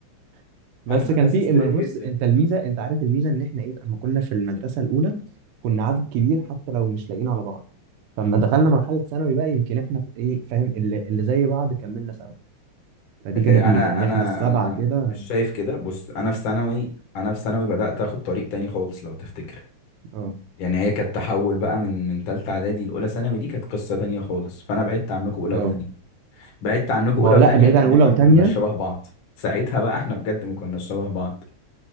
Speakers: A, on the right; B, on the left.
A: <laughs> بس
B: احنا
A: كان
B: ناس
A: في
B: ستريت
A: اما بص
B: جدا
A: انت الميزة انت عارف الميزة ان احنا ايه اما كنا في المدرسة الاولى كنا عدد كبير حتى لو مش لاقيين على بعض فلما دخلنا مرحلة ثانوي بقى يمكن احنا ايه فاهم اللي, اللي زي بعض كملنا سوا فدي كانت
B: آه،
A: ميزة
B: انا
A: ان
B: انا
A: احنا السبعة
B: انا
A: كده
B: مش شايف كده بص انا في ثانوي انا في ثانوي بدأت اخد طريق تاني خالص لو تفتكر
A: اه
B: يعني هي كانت تحول بقى من من تالتة اعدادي لاولى ثانوي دي كانت قصة تانية خالص فانا بعدت عنكم اولى
A: اه
B: وتانية بعدت عنكم
A: ما
B: اولى
A: هو لا
B: وتانية
A: بعيد
B: لان
A: عن اولى
B: احنا
A: وتانية
B: ما كناش شبه بعض ساعتها بقى احنا بجد ما كناش شبه بعض